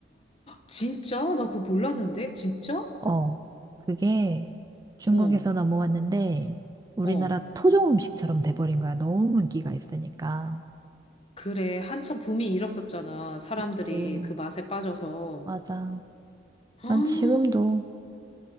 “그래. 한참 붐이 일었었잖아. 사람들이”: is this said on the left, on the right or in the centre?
Left